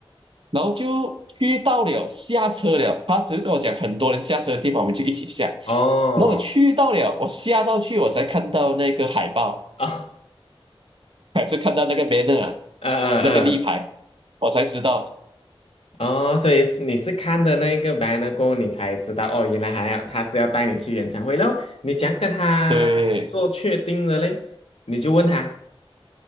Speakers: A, on the right (about 60°); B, on the left (about 85°).
A: 然后就去到了下车了，他只是跟我讲很多人下车的地方，我们就一起下。
B: 哦
A: 那我去到了，我下到去我才看到那个海报，
B: 啊，
A: 还是看到那个 banner 啊，
B: 嗯嗯
A: 那个立牌，我才知道，
B: 嗯哦，所以是你是看的那个 banner 过后，你才知道哦，原来还要他是要带你去演唱会然后你怎样跟他做确定的嘞？
A: 对，
B: 你就问他